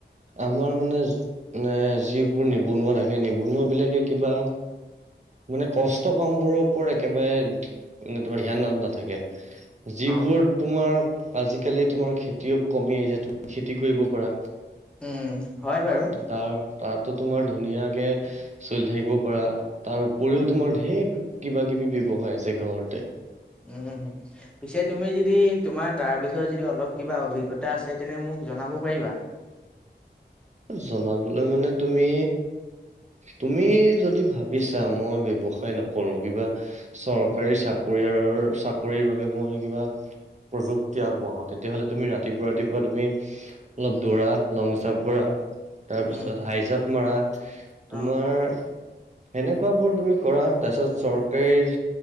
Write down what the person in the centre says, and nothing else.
অ',
উম হয় বাৰু
উম
উম। পিছে তুমি যদি তোমাৰ তাৰ বিষয়ে যদি অলপ কিবা অভিজ্ঞতা আছে, তেনে মোক জনাব পাৰিবা।
উম
অ।